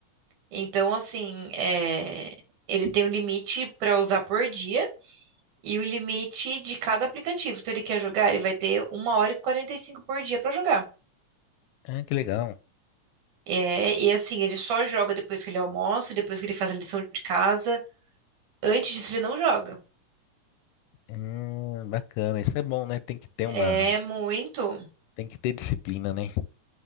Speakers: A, on the right (about 90°); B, on the left (about 80°).
A: Então, assim, é, ele tem um limite para usar por dia e o limite de cada aplicativo. Então, ele quer jogar, ele vai ter uma hora e 45 por dia para jogar.
B: Ah, que legal.
A: É, e assim, ele só joga depois que ele almoça, depois que ele faz a lição de casa. Antes disso, ele não joga.
B: Hum, bacana, isso é bom, né? Tem que ter uma
A: É muito.
B: Tem que ter disciplina, né?